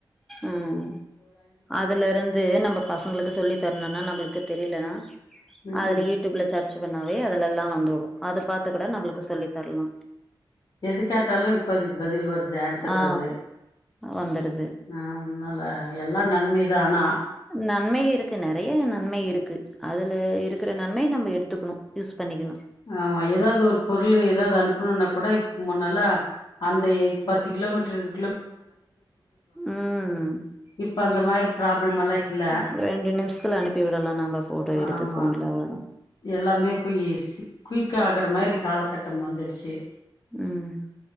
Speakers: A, in the centre; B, on the left.
A: உம் அதுல இருந்து நம்ம பசங்களுக்கு சொல்லி தரணும்னா நம்மளுக்கு தெரிலனா
B: ம்
A: அதுல
B: ம்
A: யூடியூப்ல சர் ச்சு பண்ணாவே அதலெல்லாம் வந்துடும் அத பாத்து கூட நம்மளுக்கு சொல்லி வரலாம்
B: எதுக்கேட்டாலும் இப்ப அதுக்கு பதில் வருது ஆன்சர்
A: ஆ
B: வருது
A: வந்துடுது
B: ஆஹ் அதனால எல்லாம் நன்மைதான் ஆனா
A: நன்மை இருக்கு நெறைய நன்மை இருக்கு அதுல இருக்கிற நன்மை நாம எடுத்துக்கனோ யூஸ் பண்ணிக்கலாம்
B: ஆமா ஏதாவது ஒரு பொருள் ஏதாவது அனுப்பணும்னா கூட முன்னல்லா அந்த பத்து கிலோமீட்டர் இருக்கு
A: உம்
B: இப்ப அந்த மாரி ப்ராப்ளம் எல்லா இல்ல
A: உ ரெண்டு நிமிஷத்துல அனுப்பி விடலாம் நாம ஃபோட்டோ எடுத்து
B: ஆமா
A: ஃபோன்ல அவளோ தான்
B: எல்லாமே இப்போ ஈசி குயிக்கா ஆகுற மாதிரி காலகட்ட வந்துச்சி
A: ம்